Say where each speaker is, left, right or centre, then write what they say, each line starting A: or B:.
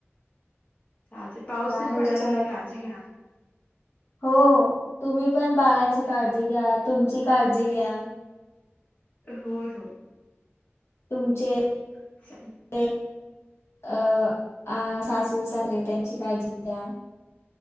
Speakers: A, on the left; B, on the left.
A: चालते, पाऊसही
B: बाहेरच्या
A: पडायला लागलाय, काळजी घा.
B: हो, तुम्ही पण बाळाची काळजी
A: हा
B: घ्या, तुमची काळजी घ्या.
A: होय, होय.
B: तुमचे
A: अच्छा <unintelligible>
B: ते अ अ सासू सासरे, त्यांची काळजी घ्या.